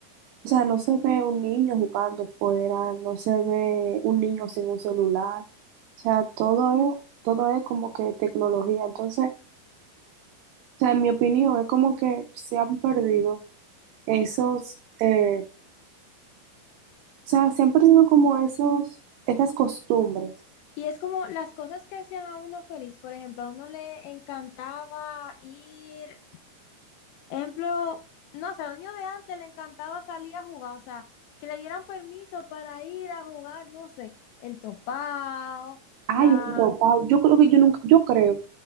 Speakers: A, on the right; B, on the left.
A: O sea, no se ve un niño jugando fuera, no se ve un niño sin un celular, o sea, todo es, todo es como que tecnología, entonces... sea, en mi opinión, es como que se han perdido esos, eh, o sea, se han perdido como esos, esas costumbres.
B: Y es como las cosas que hacían a uno feliz. Por ejemplo, a uno le encantaba ir, ejemplo, no sé, a los niños de antes le encantaba salir a jugar, o sea, que le dieran permiso para ir a jugar, no sé, el topado,
A: Ay,
B: la,
A: el papá, yo creo que yo nunca, yo creo,